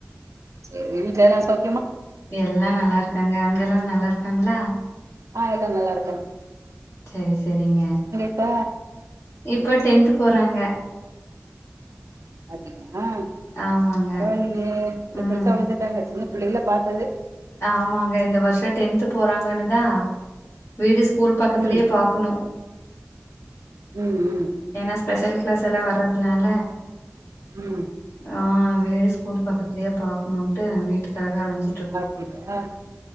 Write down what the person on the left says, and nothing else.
எல்லாம் நல்லா இருக்காங்க அங்கெல்லாம் நல்லா இருக்காங்களா
சரி சரிங்க
இப்ப டென்த் போறாங்க
ஆமாங்க
ம்
ஆமாங்க இந்த வருஷம் டென்த் போறாங்கன்னுதா வீடு ஸ்கூல் பக்கத்தலயே
பாக்கணும்
ஏனா ஸ்பெஷல் கிளாஸ் எல்லாம் வர்றதுனால
ஆ வீடு ஸ்கூல் பக்கத்திலேயே பாக்கணும்ட்டு வீட்டுக்காக அலைஞ்ச